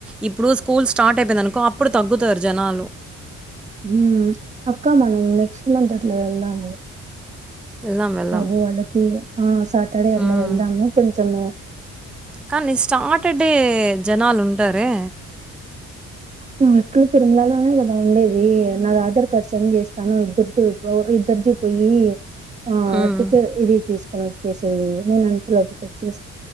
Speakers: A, in the centre; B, on the right (about 25°).
A: ఇప్పుడు స్కూల్ స్టార్ట్ అయిపోయిందనుకో అప్పుడు తగ్గుతారు జనాలు
B: హ అక్కమ్మా న నెక్స్ట్ మంత్ ట్ల వెళ్ళ అ
A: వెళ్దాం. వెళ్దాం.
B: అబు వాళ్ళకి ఆ సాటర్డే
A: హ్మ్.
B: అలా వెళ్దాము కొంచము
A: కానీ స్టార్టడే జనాలు ఉంటారే
B: నువ్వు ఏట్లో తిరుమలలోనే కదా ఉండేది అది నా ఆధార్ కార్డ్ సెండ్ చేస్తాను ఇద్దరిది ఇద్దరిది పోయి ఆటికె
A: హ్మ్.
B: ఇది తీసుకుని సెయ్యి నేను అంతలో అక్కడికి వచ్చేస్త